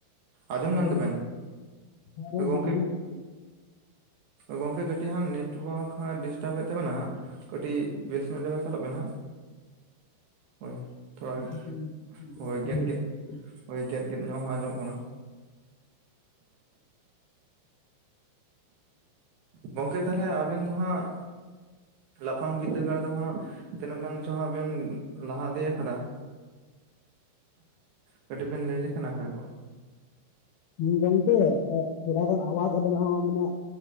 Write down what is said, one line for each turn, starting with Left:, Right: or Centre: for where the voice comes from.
Right: ᱟᱸᱡᱚᱢ
Left: ᱤᱧᱟᱜ
Right: ᱧᱟᱢ
Left: ᱨᱚᱲ
Right: ᱫᱟᱵᱮᱱ
Left: ᱫᱚ ᱤᱧᱟᱜ ᱨᱚᱲ
Right: ᱜᱚᱝᱠᱮ
Left: ᱫᱚ ᱟᱸᱡᱚᱢᱚᱜ-ᱟ
Right: ᱜᱚᱝᱠᱮ ᱠᱟᱹᱴᱤᱡ ᱦᱟᱸᱜ ᱱᱮᱴᱳᱣᱟᱨᱠ ᱦᱟᱸᱜ ᱰᱤᱥᱴᱟᱵ ᱮᱫ ᱛᱟᱵᱮᱱᱟ ᱠᱟᱹᱴᱤᱡ ᱵᱮᱥ ᱧᱚᱜ ᱡᱟᱭᱜᱟ ᱪᱟᱞᱟᱜ ᱵᱮᱱ ᱦᱟᱸᱜ ᱦᱳᱭ ᱛᱷᱚᱲᱟ
Left: ᱟᱪᱪᱷᱟ ᱴᱷᱤᱠ ᱵᱮᱥ
Right: ᱦᱚᱭ
Left: ᱴᱷᱤᱠ
Right: ᱜᱮᱫ
Left: ᱵᱩᱡᱷᱟᱹᱣ
Right: ᱜᱮᱫ
Left: ᱠᱮᱫᱟ᱾
Right: ᱦᱚᱭ ᱜᱮᱫ ᱜᱮᱫ ᱧᱚᱜ ᱟᱸᱡᱚᱢᱚᱜ ᱠᱟᱱᱟ ᱾ ᱜᱚᱝᱠᱮ ᱛᱟᱦᱚᱞᱮ ᱟᱵᱮᱱ ᱫᱚ ᱦᱟᱸᱜᱼᱼ ᱞᱟᱯᱷᱟᱝ ᱵᱤᱫᱽᱫᱟᱹᱜᱟᱲ ᱫᱚ ᱦᱟᱸᱜᱼᱼ ᱛᱤᱱᱟᱹᱜ ᱜᱟᱱ ᱪᱚ ᱦᱟᱸᱜ ᱵᱮᱱ ᱞᱟᱦᱟ ᱤᱫᱤᱭᱟ ᱠᱟᱱᱟ ᱾ ᱠᱟᱹᱴᱤᱡ ᱵᱮᱱ ᱞᱟᱹᱭ ᱞᱮᱠᱷᱟᱱ ᱱᱟᱯᱟᱭ ᱠᱚᱜ-ᱟ ᱾
Left: ᱦᱮᱸ ᱜᱚᱝᱠᱮ ᱛᱷᱚᱲᱟ ᱜᱟᱱ ᱟᱣᱟᱡ ᱟᱵᱮᱱᱟᱜ ᱦᱚᱸ ᱟᱵᱤᱱᱟᱜᱼᱼ